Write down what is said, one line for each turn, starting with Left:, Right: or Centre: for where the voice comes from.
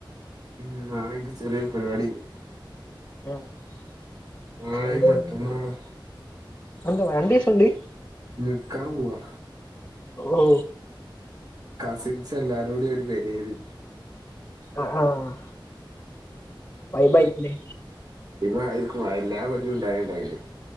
Right: ഉം നാളിൻക്ക് ചെറിയൊരു പരിപാടിണ്ട്‌
Left: <unintelligible>
Right: നാളെയും മറ്റന്നാളും
Left: രണ്ടീസൊണ്ട്
Right: നിക്കാൻ പോവാ
Left: ഓ
Right: കസിൻസ് എല്ലാരും കൂടി ഒരു പെരേല്
Left: ആഹ് ആഹ് വൈബായിരിക്കുല്ലേ
Right: <unintelligible> ആരിക്കും എല്ലാ കൊല്ലും ണ്ടാ <unintelligible>